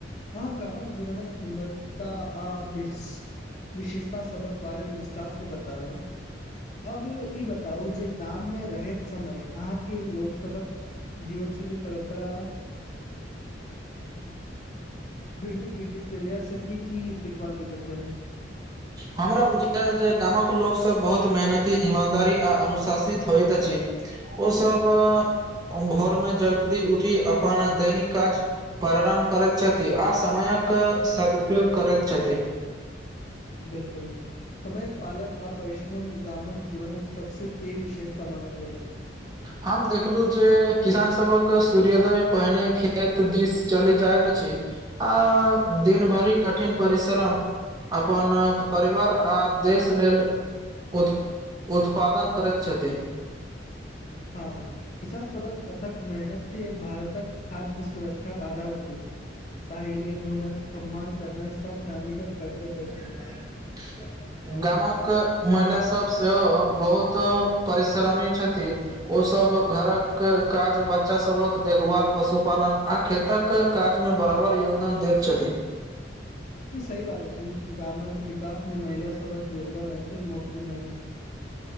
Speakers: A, on the left; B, on the right.
A: हँ गामक जीवनक सुन्दरता आ बिश विशेषता सबक बारेमे विस्तार से बतालूं अब ई बताउ जे गाम मे रहैत समय अहाँके लोक सबक जीवनशैली परम्परा दैनिक दिनिरिया से की की सिखबा लेल भेटल।
B: हमरा बुझायल जे गामक लोक सब बहुत मेहनती ईमानदारी आ अनुशासित होइत अछि ओ सब भोरमे जल्दी उठी अपन दैनिक काज पररम करैत छथि अ समयक सदुपयोग करैत छथि
A: बिल्कुल समयक पालन आ परिश्रम गामक जीवन सबसे पेघ विशेषता मानल जाइ त अछि
B: हम देखलू जे किसान सबक सूर्योदय पहिने खेत दिस चली जाइत अछि आ दिन भरि कठिन परिश्रम अपन परिवार आ देश लेल उत उत्पादन करैत छथि
A: हँ किसान सबहक अथक मेहनत के भार तक खाद्य सुरक्षाक आधार अछि ताहि लेल हुनक सम्मान करनाइ सब नागरिकक कर्तव्य अछि
B: त <unintelligible> गामक महिला सब सेहो बहुत परिश्रमी छथि ओसभ घरक काज बच्चा सबक देखभाल पशुपालन आ खेत तक काज मे बराबर योगदान दैत छथि
A: ई सही बात अछि गामक विकास मे महिला सबक योगदान अत्यंत महत्वपूर्ण अछि